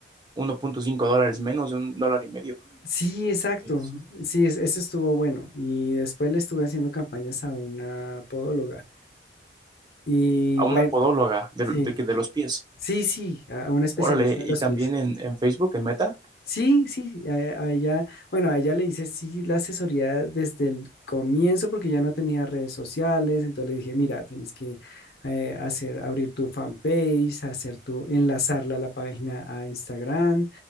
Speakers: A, on the right (about 25°); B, on the left (about 60°).
A: uno punto cinco dólares menos de un dólar y medio.
B: Sí, exacto.
A: Eh, sí.
B: Sí, es- ese estuvo bueno. Y después le estuve haciendo campañas a una podóloga Y
A: A una
B: bueno,
A: podóloga de,
B: sí,
A: de, que- de los pies.
B: sí, sí, a a un especialista
A: Órale,
B: de
A: y
B: los
A: también
B: pies.
A: en, en Facebook, en Meta.
B: Sí, sí, a, a ella, bueno, a ella le hice sí la asesoría desde el comienzo porque ya no tenía redes sociales, entonces le dije, mira, tienes que eh, hacer, abrir tu fanpage, hacer tu, enlazarla a la página a Instagram,